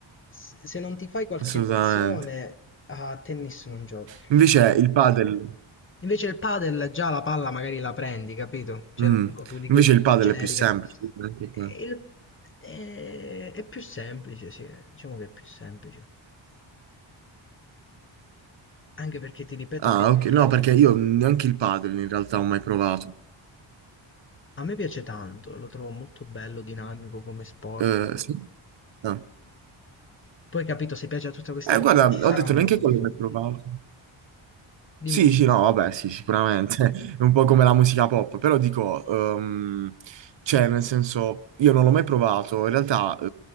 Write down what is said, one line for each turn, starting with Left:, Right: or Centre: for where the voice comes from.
Left: se se non ti fai qualche
Right: assolutamente.
Left: lezione a tennis non giochi.
Right: Invece il padel...
Left: Invece il padel già la palla magari la prendi, capito? Cioè,
Right: mm,
Left: non dico tu, dico
Right: Invece
Left: in linea
Right: il padel
Left: generica.
Right: è più semplice. anche
Left: E
Right: qua.
Left: il- è, è più semplice, sì, diciamo che è più semplice. Anche perché ti ripeto
Right: Ah,
Left: che eh,
Right: ok. No, perché io neanche il padel in realtà ho mai provato.
Left: a me piace tanto, lo trovo molto bello, dinamico come sport.
Right: Eh, sì? Ah.
Left: Poi capito, se piace a tutte queste
Right: Eh,
Left: persone
Right: guarda,
Left: ci
Right: ho
Left: sarà
Right: detto
Left: un
Right: neanche
Left: motivo.
Right: quello che hai provato.
Left: Dimmi,
Right: Sì,
Left: dimmi.
Right: sì, no, vabbè, sì, sicuramente <laughs> è un po' come la musica pop, però dico, ehm, cioè, nel senso, io non l'ho mai provato, in realtà eh,